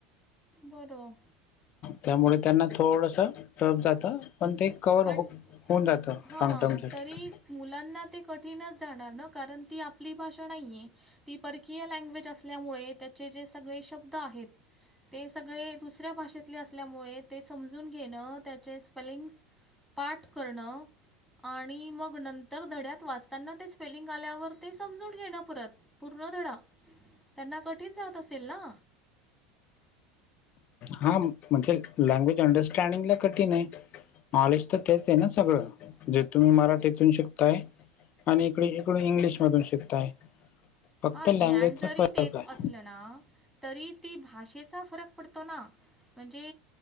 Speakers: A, in the centre; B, on the left.
A: बरं
B: त्यामुळे त्यांना थोडंसं टफ जात, पण ते कवर
A: पण
B: हो-होऊन जात लाॅग
A: हां,
B: टर्मसाठी.
A: तरी मुलांना ते कठीणच जाणार ना, कारण ती आपली भाषा नाही. ती परकीय लँग्वेज असल्यामुळे त्याचे जे सगळे शब्द आहेत ते सगळे दुसऱ्या भाषेतले असल्यामुळे ते समजून घेणं, त्याचे स्पेलिंग्स पाठ करणं आणि मग नंतर धड्यात वाचताना तेच पेलिंग आल्यावर ते समजून घेणं परत पूर्ण धडा त्यांना कठीण जात असेल ना.
B: हा म-म्हणजे लँग्वेज अंडरस्टँडिंगला कठीण आहे. नाॅलेज तर तेच आहे ना सगळं, जे तुम्ही मराठीतून शिकताय आणि इकडे इकड इंग्लिश मधून शिकताय. फक्त
A: हा, ज्ञान
B: लँग्वेजचा
A: जरी
B: फरक
A: तेच
B: आहे
A: असलं ना. तरी ती भाषेचा फरक पडतो ना. म्हणजे